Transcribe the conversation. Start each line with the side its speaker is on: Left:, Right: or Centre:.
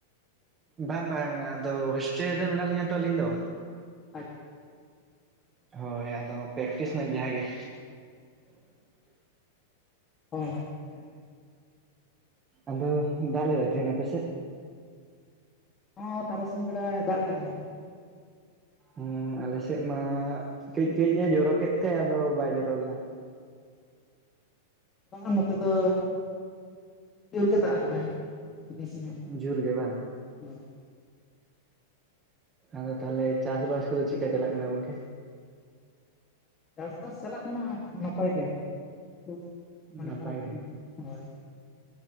Right: ᱵᱟᱝ ᱵᱟᱝ ᱟᱫᱚ ᱦᱳᱥᱴᱮᱞ ᱨᱮ ᱢᱮᱱᱟᱜ ᱞᱤᱧᱟ ᱛᱚ ᱟᱹᱞᱤᱧ ᱫᱚ᱾
Left: ᱟᱪᱪᱷᱟ
Right: ᱦᱳᱭ ᱟᱫᱚ ᱯᱮᱠᱴᱤᱥ ᱱᱟᱭ ᱡᱟᱦᱟᱸ ᱜᱮ᱾
Left: ᱦᱩᱸ
Right: ᱟᱫᱚ ᱫᱟᱜ ᱞᱮᱫᱟᱭ ᱛᱮᱦᱮᱱ ᱟᱯᱮᱥᱮᱜ?
Left: ᱦᱚᱸ ᱛᱟᱨᱟᱥᱤᱧ ᱵᱮᱲᱟᱲ ᱫᱟᱜ ᱠᱮᱫᱟᱭ᱾
Right: ᱦᱮᱸ ᱟᱞᱮᱥᱮᱜ ᱢᱟ ᱠᱟᱹᱡ ᱠᱟᱹᱡ ᱮ ᱡᱚᱨᱚ ᱠᱮᱜ ᱛᱮ ᱟᱫᱚ ᱵᱟᱭ ᱡᱚᱨᱚᱞᱫᱟ᱾
Left: ᱵᱟᱝᱟ ᱱᱚᱛᱮ ᱫᱚ ᱡᱳᱨ ᱜᱮ ᱫᱟᱜ ᱠᱟᱫᱟᱭ ᱵᱮᱥᱤ ᱧᱚᱜ᱾
Right: ᱡᱳᱨ ᱜᱮ ᱵᱟᱝ?
Left: ᱦᱳᱭ
Right: ᱟᱫᱚ ᱛᱟᱦᱚᱞᱮ ᱪᱟᱥᱵᱟᱥ ᱠᱚᱫᱚ ᱪᱮᱜᱠᱟ ᱪᱟᱞᱟᱜ ᱠᱟᱱᱟ ᱜᱚᱝᱠᱮ?
Left: ᱪᱟᱥᱵᱟᱥ ᱪᱟᱞᱟᱜ ᱠᱟᱱᱟ ᱱᱟᱯᱟᱭ ᱜᱮ, ᱠᱷᱩᱵ ᱢᱟᱱᱮ
Right: ᱱᱟᱯᱟᱭ
Left: ᱠᱷᱟᱨᱟᱯ ᱫᱚ
Right: ᱜᱮ
Left: ᱵᱟᱝ ᱦᱳᱭ᱾